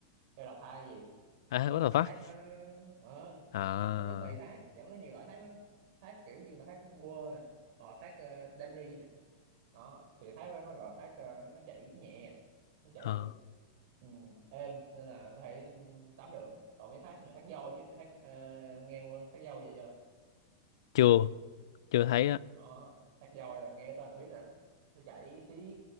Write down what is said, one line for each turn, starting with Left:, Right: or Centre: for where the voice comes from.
Right: cho đầu thai gì
Left: À
Right: đó
Left: what the
Right: mấy
Left: fuck?
Right: thác nó nó nó, nó, ờ,
Left: À,
Right: nó, nó tùy thác chẳng có nhiều loại thác lắm thác kiểu như là thác quơ nè hoặc là thác ờ, đam ri nè đó thì thác đó mới gọi là thác ờ, nó chảy nhẹ nó chảy
Left: ờ,
Right: ừ, êm nên là có thể tắm được còn mấy thác như thác voi chứ thác ờ, nghe qua thác voi giờ chưa
Left: chưa chưa thấy á.
Right: đó thác voi là nghe tên là biết rồi đó. nó chảy xiết